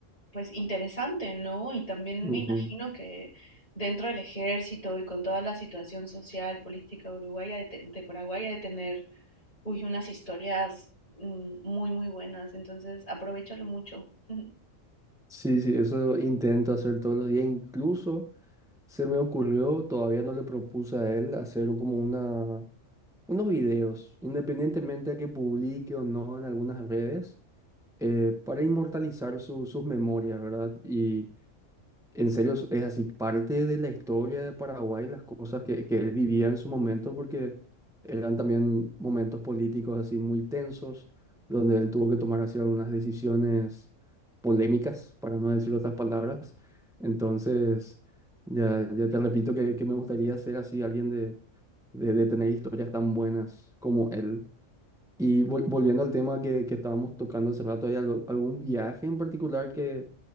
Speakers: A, on the left (about 40°); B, in the centre.
A: pues interesante, ¿no? Y también
B: Ujú.
A: me imagino que dentro del ejército y con toda la situación social, política uruguaya de, te- de Paraguay ha de tener, uy, unas historias mm, muy, muy buenas, entonces aprovéchalo mucho. <laughs>
B: Sí, sí, eso intento hacer todos los días. Incluso se me ocurrió, todavía no le propuse a él, hacer como una, unos videos, independientemente de que publique o no en algunas redes, eh, para inmortalizar su- sus memorias, ¿verdad? Y en serio, es es así parte de la historia de Paraguay, las cosas que, que él vivía en su momento, porque eran también momentos políticos así muy tensos, donde él tuvo que tomar así algunas decisiones polémicas, para no decir otras palabras. Entonces, ya, ya te repito que, que me gustaría ser así alguien de, de, de tener historias tan buenas como él. Y vol- volviendo al tema que, que estábamos tocando hace rato, ¿hay algo- algún viaje en particular que,